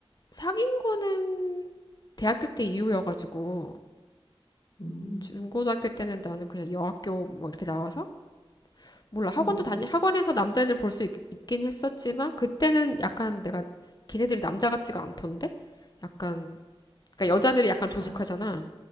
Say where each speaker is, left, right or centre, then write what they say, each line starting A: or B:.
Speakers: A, on the left (about 45°); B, on the left (about 80°).
A: 사귄 거는 대학교 때 이후여가지고
B: 음,
A: 중고등학교 때는 나는 그냥 여학교 뭐 이렇게 나와서 몰라. 학원도
B: 음,
A: 다니, 학원에서 남자애들 볼 수 있긴 했었지만, 그때는 약간 내가, 걔네들이 남자 같지가 않던데? 약간, 그러니까 여자들이 약간 조숙하잖아.
B: 맞아.